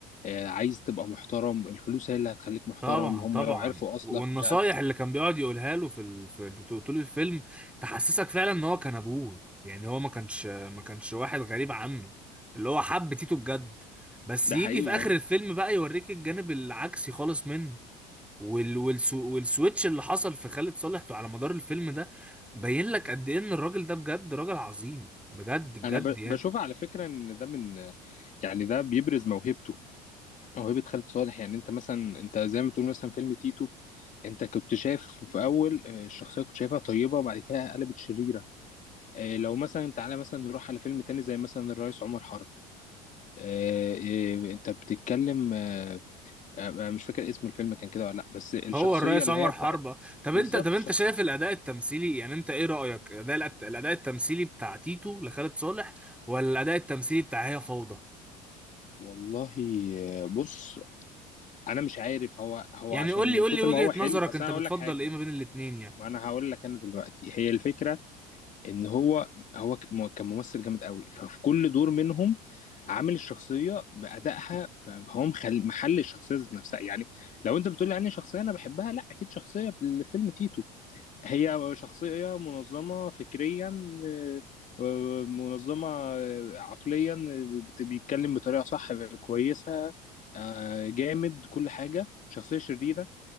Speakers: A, on the left; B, in the centre.
A: آه، عايز تبقى محترم الفلوس هي اللي هتخليك محترم
B: طبعا
A: هم
B: طبعا
A: لو عرفوا
B: والنصايح
A: اصلك مش عارف
B: اللي كان بيقعد يقولها له في ال... في في- طول الفيلم تحسسك فعلا ان هو كان ابوه يعني هو ما كانش ما كانش واحد غريب عنه اللي هو حب تيتو بجد بس
A: ده
B: يجي
A: حقيقي
B: في اخر
A: فاهم
B: الفيلم بقى يوريك الجانب العكسي خالص منه وال... والسو... والسويتش اللي حصل في خالد صالح على مدار الفيلم ده بين لك قد ايه ان الراجل ده بجد راجل عظيم بجد بجد
A: انا ب-
B: يعني
A: بشوف على فكره ان ده من يعني ده بيبرز موهبته موهبه خالد صالح يعني انت مثلا انت زي ما تقول مثلا فيلم تيتو انت كنت شايف في اول آه، الشخصيه كنت شايفها طيبه وبعد كده قلبت شريره آه، لو مثلا تعالى مثلا نروح على فيلم تاني زي مثلا الرئيس عمر حرب آه، آه، انت بتتكلم آه، آه، أنا مش فاكر اسم الفيلم كان كده ولا لا بس الشخصيه
B: هو الرئيس
A: اللي
B: عمر
A: هي
B: حربة
A: بتاعت
B: طب
A: بالظبط
B: انت طب انت
A: الشخص
B: شايف الاداء التمثيلي يعني انت ايه رأيك الاداء الاداء التمثيلي بتاع تيتو لخالد صالح ولا الاداء التمثيلي بتاع هي فوضى
A: والله آه، بص انا مش عارف هو هو
B: يعني
A: عشان
B: قول لي
A: من
B: قول
A: كتر
B: لي وجهة
A: ما هو حلو
B: نظرك
A: اصل
B: انت
A: انا
B: بتفضل
A: هقول لك حاجه
B: ايه ما بين الاتنين يعني
A: ما انا هقول لك انا دلوقتي هي الفكره ان هو هو ك- م- كان ممثل جامد قوي ففي كل دور منهم عامل الشخصيه بادائها فهو مخل... محل الشخصيه ذات نفسها يعني لو انت بتقول لي عني شخصيه انا بحبها لا اكيد شخصيه الفيلم تيتو هي شخصيه منظمه فكريا آه، آه، منظمه آه، عقليا آه، بت- بيتكلم بطريقه صح كويسه آه، جامد كل حاجه شخصيه شريره